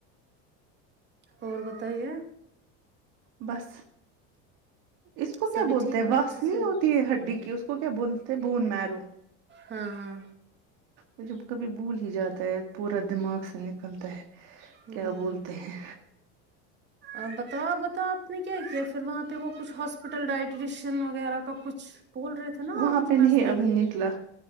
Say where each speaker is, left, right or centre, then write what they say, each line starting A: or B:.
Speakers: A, on the right; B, on the right.
A: اور بتائیے
B: بس اس کو
A: سبھی
B: کیا بولتے
A: ٹھیک
B: ہیں
A: ہو
B: واس
A: اچھے
B: نہیں
A: سے
B: ہوتی ہے ہڈی کی اس کو کیا بولتے بون میرو
A: ہاں ہاں
B: وہ جب کبھی بھول ہی جاتا ہے پورا دماغ سے نکلتا ہے
A: ہوں
B: کیا بولتے ہیں
A: آپ بتاؤ آپ بتاؤ آپ نے کیا کیا ہے پھر وہاں پہ وہ کچھ ہاس ٹوٹل ڈائٹیشن وغیرہ کا کچھ بول رہے تھے ناں
B: وہاں
A: وہ کچھ
B: پہ
A: نزدیکی
B: نہیں ابھی
A: یہ
B: نکلا
A: ہے